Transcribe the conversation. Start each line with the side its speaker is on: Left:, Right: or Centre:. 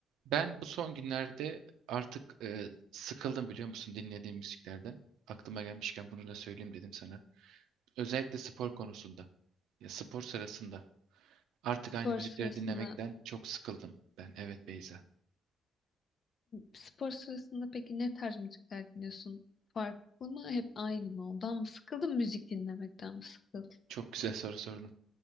Right: Ben bu son günlerde artık e, sıkıldım biliyor musun dinlediğim müziklerden. Aklıma gelmişken bunu da söyleyeyim dedim sana. Özellikle spor konusunda. Ya spor sırasında. Artık
Left: Spor
Right: aynı müzikleri
Left: sırasında,
Right: dinlemekten çok sıkıldım ben. Evet Beyza.
Left: spor sırasında peki ne tarz müzikler dinliyorsun? Farklı mı, hep aynı mı? Ondan mı sıkıldın, müzik dinlemekten mi sıkıldın?
Right: Çok güzel soru sordun.